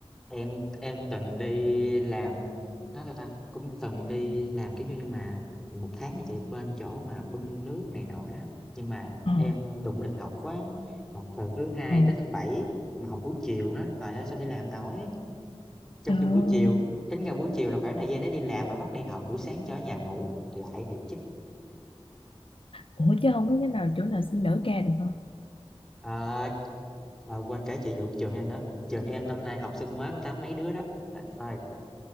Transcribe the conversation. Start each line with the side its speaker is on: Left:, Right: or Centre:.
Centre: em em từng đi làm nói sao ta cũng từng đi làm kiểu như nhưng mà một tháng là chị bên chỗ mà bưng nước này nọ đó nhưng mà
Left: ờ
Centre: em đụng lịch học quá học từ thứ hai
Left: ờ
Centre: tới thứ bảy mà học buổi chiều nữa trời ơi sao đi làm nổi trong
Left: trời
Centre: khi
Left: ơi
Centre: buổi chiều tính ra buổi chiều là khoảng thời gian để đi làm mà bắt đi học buổi sáng cho ở nhà ngủ lại thì chứ
Left: ủa chứ không có cái nào chỗ nào xin đỡ ca được hả
Centre: à, à, quên kể chị vụ trường em nữa trường em năm nay học sinh mới có tám mấy đứa đó Trời